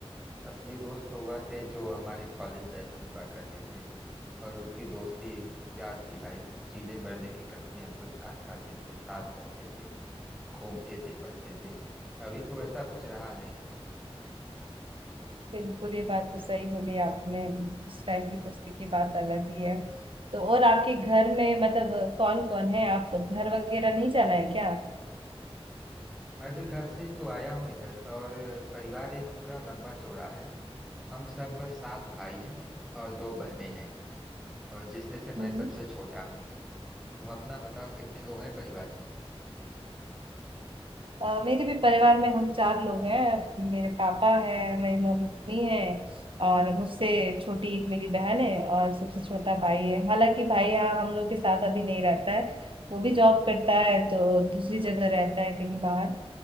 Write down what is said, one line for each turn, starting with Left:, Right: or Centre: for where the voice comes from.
Centre: असली दोस्त तो वह थे जो हमारे कॉलेज लाइफ में हुआ करते थे और उनकी दोस्ती क्या थी भाई जीने मरने की कस्में हम सब साथ खाते थे साथ रहते थे घूमते थे पढ़ते थे अभी तो ऐसा कुछ रहा नहीं
Right: बिल्कुल ये बात तो सही बोली आपने उस टाइम की दोस्ती की बात अलग ही है तो और आपके घर में मतलब कौन कौन है आप घर वगैरह नहीं जाना है क्या
Centre: मैं भी घर से ही तो आया हूँ इधर और परिवार एक पूरा लंबा चौड़ा है हम सब सात भाई हैं और दो बहनें हैं और जिसमें से मैं
Right: हम्म।
Centre: सबसे छोटा हूँ तुम अपना बताओ कितने लोग हैं परिवार में
Right: अ, मेरे भी परिवार में हम चार लोग हैं मेरे पापा है मेरी मम्मी है और मुझसे छोटी एक मेरी बहन है और सबसे छोटा भाई है हालांकि भाई यहाँ हम लोग के साथ अभी नहीं रहता है वो भी जॉब करता है तो दूसरी जगह रहता है कहीं बाहर